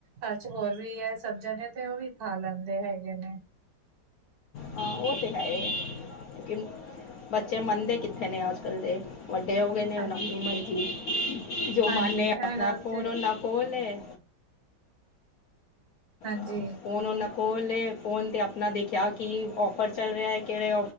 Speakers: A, on the right; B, on the left.
A: ਘਰ ਚ ਹੋਰ ਵੀ ਹੈ ਸਬ ਜਨੇ ਤੇ ਉਹ ਵੀ ਖਾ ਲੈਂਦੇ ਹੈਗੇ ਨੇ।
B: ਹਾਂ ਉਹ ਤੇ ਹੈ ਬੱਚੇ ਮੰਨਦੇ ਕਿੱਥੇ ਨੇ ਅੱਜ - ਕੱਲ ਦੇ ਵੱਡੇ ਹੋ ਗਏ ਨੇ।
A: ਹਾਂਜੀ
B: ਹੁਣ ਆਪਣੀ ਮਰਜ਼ੀ ਜੋ
A: ਹਾਂਜੀ
B: ਮੰਨੇ
A: ਇਹ
B: ਆਪ
A: ਗੱਲ
B: ਫੋਨ
A: ਤੇ
B: ਓਨਾਂ ਕੋ ਲੈ
A: ਹਾਂਜੀ।
B: ਹਾਂ, ਫੋਨ ਉਹਨਾਂ ਕੋਲ ਹੇ ਫੋਨ ਤੇ ਆਪਣਾ ਦੇਖਿਆ। ਕਿ ਔਫਰ ਚੱਲ ਰਿਹਾ ਹੈ ਕਿਹੜੇ।